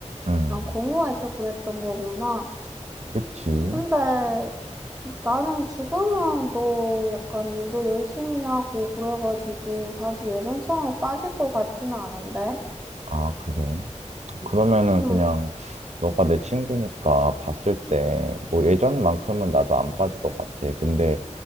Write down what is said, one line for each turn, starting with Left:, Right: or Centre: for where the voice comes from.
Right: 응,
Centre: 난 공허해서 그랬던 거구나.
Right: 그치.
Centre: 근데 나는 지금은 너 약간 일도 열심히 하고 그래가지고 다시 예전처럼 빠질 것 같지는 않은데.
Right: 아, 그래. 그러면은
Centre: 응,
Right: 그냥 너가 내 친구니까 봤을 때 뭐 예전만큼은 나도 안 빠질 것 같아. 근데